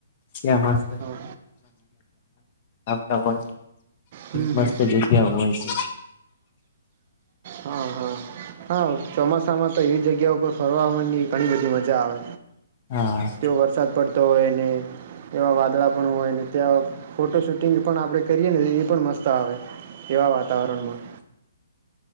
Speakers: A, on the left (about 30°); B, on the right (about 35°).
A: ત્યાંત
B: હા
A: આવતા હોય
B: હમ
A: મસ્ત
B: હમ
A: જગ્યા આવ હોય છે
B: હા હા હા ચોમાસામાં તો એવી જગ્યા ઉપ ફરવાની ઘણી બધી મજા આવે
A: હા
B: તે વરસાદ પડતો હોય એવા વાદળા પણ હોય ને ત્યાં ફોટો શૂટિંગ પણ આપણે કરીએ ને એ પણ મસ્ત આવે એવા વાતાવરણમાં